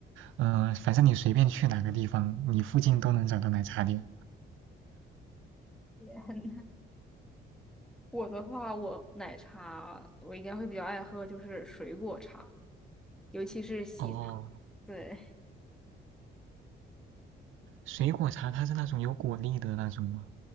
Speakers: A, on the right; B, in the centre.
A: 嗯、反正你随便去哪个地方，你附近都能找到奶茶店。
B: 也很，我的话，我奶茶我应该会比较爱喝，就是水果茶，尤其是喜茶。
A: 哦，
B: 对。
A: 水果茶它是那种有果粒的那种吗？